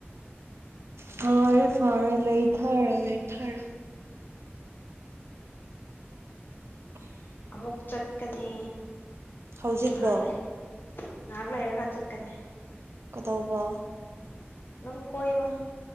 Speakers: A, on the right; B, on the left.
A: ꯐꯔꯦ ꯐꯔꯦ ꯂꯩꯊꯥꯔꯣ ꯂꯩꯊꯔꯣ <inaudible>
B: ꯑꯃꯨꯛ ꯆꯠꯀꯅꯤ
A: ꯍꯧꯖꯤꯛꯂꯣ
B: ꯉꯥꯏꯍꯥꯛ ꯂꯩ ꯉꯥꯏꯍꯥꯛ ꯂꯩꯔꯒ ꯆꯠꯀꯅꯤ
A: ꯀꯗꯧꯕ
B: ꯗꯨꯝ ꯀꯣꯏꯕ